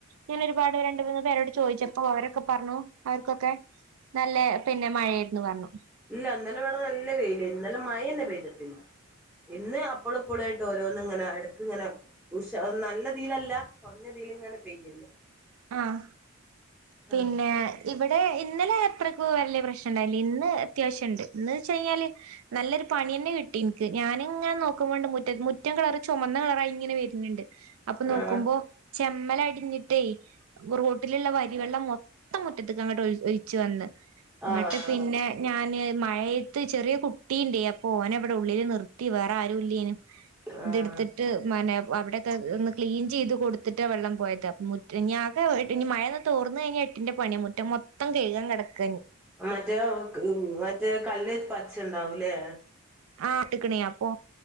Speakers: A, on the right (about 70°); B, in the centre.
A: ഞാൻ ഒരുപാട് രണ്ട മൂന്ന് പേരോട് ചോദിച്ചപ്പോ അവരൊക്കെ പറഞ്ഞു അവർക്കൊക്കെ നല്ല- പിന്നെ മഴയന്ന് പറഞ്ഞു
B: ഇല്ല ഇന്നലെ ഇവിടെ നല്ല വെയില് ഇന്നലെ മഴ തന്നെ പെയ്തിട്ടില്ല ഇന്ന് അപ്പള ഇപ്പോളായിട്ട് ഓരോന്നും ഇങ്ങനെ ഇടക്ക് ഇങ്ങനെ ഉ നല്ലതീലല്ല കുറഞ്ഞതിലും ഇങ്ങ പെയ്യണ്ട്
A: ആഹ പിന്നെ
B: ആഹ്
A: ഇവിടെ- ഇന്നലെ എത്രക്ക വലിയ പ്രശ്നയുണ്ടായി ഇന്ന് അത്യാവശ്യം ഇണ്ട് ഇന്ന് വെച്ച കഴിഞ്ഞാല് നല്ലൊരു പണി തന്നെ കിട്ടി എനിക്ക് ഞാൻ ഇങ്ങനെ നോക്കുമ്പോണ്ട് മുറ്റ മുറ്റം കളറ് ചുമന്ന കളറായി ഇങ്ങനെ വര്ണിണ്ട്. അപ്പൊ നോക്കുമ്പോ
B: ആഹ്
A: ച കമ്മലടിഞ്ഞിട്ടേ റൂട്ടിലുള്ള വ മൊത്തം മുറ്റത്ത്ക്ക് അങ്ങോട്ട് ഒ ഒലിച്ചു വന്ന്. അങ്ങട്ട്
B: ആഹ്
A: പിന്നെ ഞാന് മഴയ് ചെറിയ കുട്ടിയുണ്ടേ അപ്പോ ഓനെവിടെ ഉള്ളിൽ നിർത്തി വേറെ ആരുും ഇല്ലേന്.
B: ആഹ്
A: ഇതെടുത്തിട്ട് മന അവിടെത്തെ ഒന്ന് ക്ലീൻ ചെയ്ത് കൊടുത്തിട്ടാ വെള്ളം പോയത് <unintelligible> ഇനി ആകെ ഇനി മഴ തോർന്നു കഴിഞ്ഞ എട്ടിൻന്റെ പണിയ മുറ്റം മൊത്തം കഴുകൻ കിടക്ക
B: മറ്റേ മറ്റേ കല്ല് പച്ച ണ്ടാവലേ
A: ആഹ് എട്ടക്കണിയ ഓ